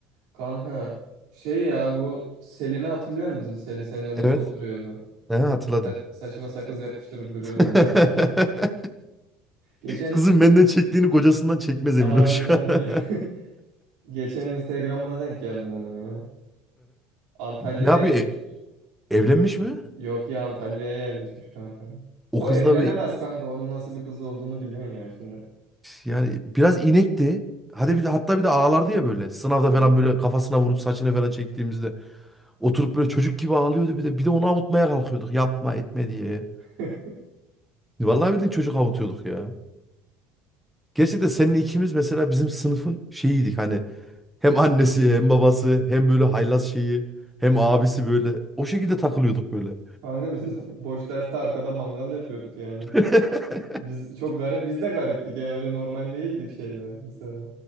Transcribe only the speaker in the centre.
Evet.
He, hatırladım.
<laughs>
Kızım benden çektiğini kocasından çekmez
emin ol şu an.
<laughs>
Ne yapıyor?
E- Evlenmiş mi?
O
kızla
bir
Yani biraz inekti. Hadi bir de, hatta bir de ağlardı ya böyle. Sınavda
falan böyle kafasına vurup saçını falan çektiğimizde oturup böyle çocuk gibi ağlıyordu bir de. Bir de onu avutmaya kalkıyorduk. Yapma etme diye.
Vallahi bildiğin çocuk avutuyorduk ya. Gerçi de seninle ikimiz mesela bizim sınıfın şeyiydik hani hem annesi hem babası hem böyle haylaz şeyi hem abisi böyle o şekilde takılıyorduk böyle.
<laughs>